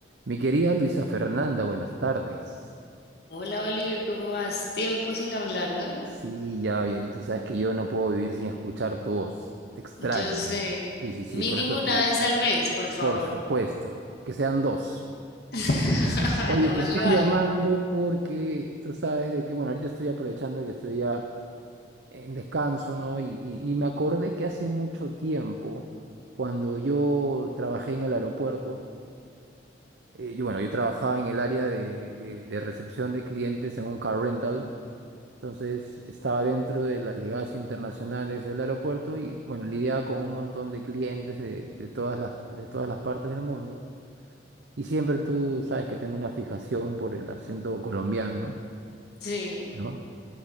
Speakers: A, on the right; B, on the left.
A: Mi querida Luisa Fernanda, buenas tardes.
B: Hola Oliver, ¿cómo vas? Tiempo sin hablar, ¿no?
A: Sí, ya, ya, tú sabes que yo no puedo vivir sin escuchar tu voz. Te extraño,
B: Yo sé,
A: ¿ves? Sí, sí, sí,
B: mínimo
A: por eso
B: una
A: te llamo.
B: vez al mes, por favor.
A: Por supuesto, que sean dos.
B: <laughs>
A: Oye,
B: No
A: te
B: más
A: estoy
B: le vale.
A: llamando porque tú sabes de que, bueno, ahorita estoy aprovechando que estoy ya en descanso, ¿no? Y, y, y me acordé que hace mucho tiempo, cuando yo trabajé en el aeropuerto, eh, yo, bueno, yo trabajaba en el área de, de de recepción de clientes en un car rental. Entonces estaba dentro de las llegadas internacionales del aeropuerto y bueno, lidiaba con un montón de clientes de, de todas las, de todas las partes del mundo. Y siempre tú sabes que tengo una fijación por el acento colombiano,
B: Sí.
A: ¿no?